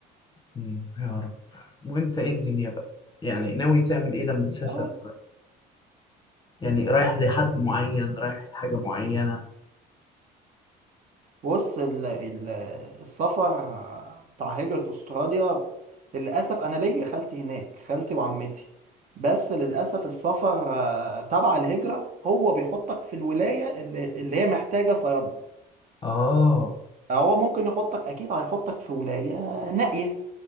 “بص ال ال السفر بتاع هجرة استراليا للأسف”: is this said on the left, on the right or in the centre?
Right